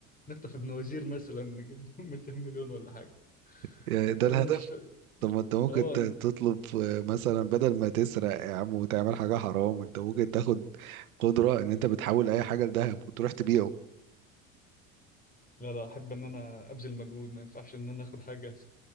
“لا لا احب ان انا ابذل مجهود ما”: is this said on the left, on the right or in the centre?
Left